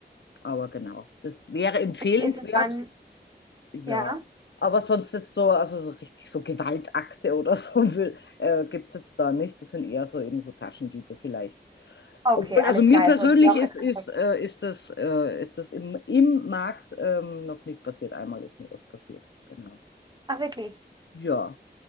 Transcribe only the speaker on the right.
Ist es dann,
ja?
Okay,
alles
klar,
also wie auch
in
anderen.
Ach, wirklich?